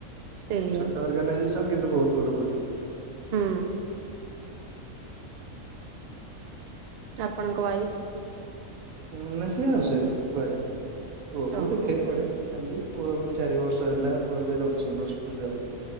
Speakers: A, on the right; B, on the right.
A: ସେଇଆ
B: ଛୋଟ ଅର୍ଗାନାଇଜେସନ କିନ୍ତୁ ବହୁତ ବଡ ପଲିଟିକ୍ସ।
A: ହୁଁ। ଆପଣଙ୍କ ୱାଇଫ୍।
B: ଉଁ ନା ସେ ହାଉସ ୱାଇଫ ଘରେ ପୁଅ କୁ
A: ଓହୋ।
B: ଦେଖେ ପଢେ। ଏମିତି ପୁଅ କୁ ଚାରି ବର୍ଷ ହେଲା। ପୁଅ ଏବେ ରବିଶଙ୍କର ସ୍କୁଲ ଯାଉଚି।